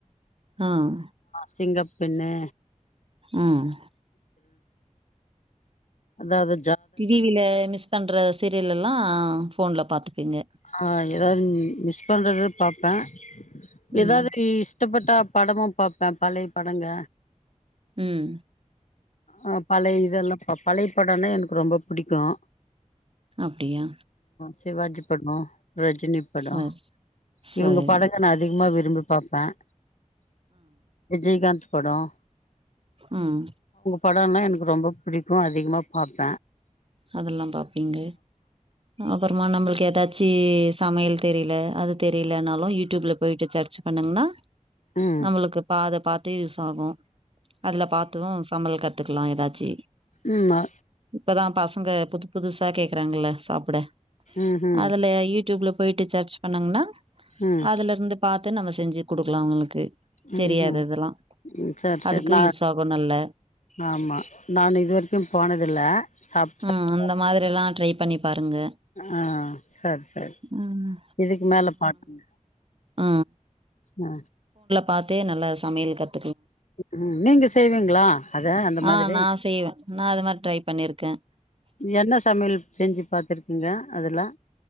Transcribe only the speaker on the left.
சிங்க பெண்ணே
அதான் அது
ஆ ஏதாவது மிஸ் பண்றது பார்ப்பேன் ஏதாவது
இஸ் இஷ்டப்பட்ட படமும் பார்ப்பேன் பழைய படங்க
ஆஹ் பழைய இதல்லாம் பாப் பழைய படம்னா எனக்கு ரொம்ப புடிக்கும்
சிவாஜி படம் ரஜினி படம்
இவங்க படங்க நான் அதிகமா விரும்பி திரும்பி பாப்பேன் விஜய்காந்த் படம்
படம்னா எனக்கு ரொம்ப புடிக் அதிகமா பாப்
ம்
ம்மா
ம்ஹூம்
ம்
ம்
ம்
ம் சேரி சேரி
நா
ஆமா நான் இது வரைக்கும் போனதில்ல சாப் சாப்டதில்ல
ஆ சரி சரி
இதுக்கு மேல பாக்கங்க
ஆ
உம் நீங்க செய்வீங்களா அத அந்த மாதிரி
எந்த சமையல் செஞ்சி பாத்துருக்கிங்க அதுல